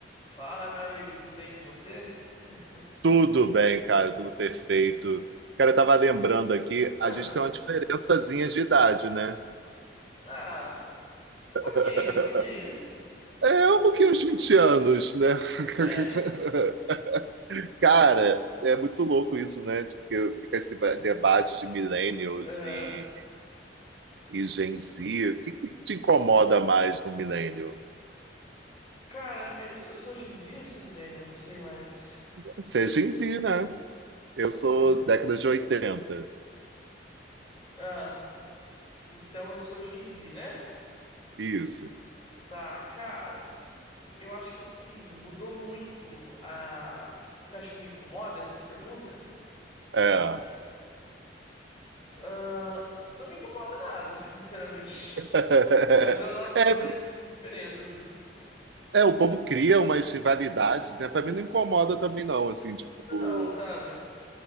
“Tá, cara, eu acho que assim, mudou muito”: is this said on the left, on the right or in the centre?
Left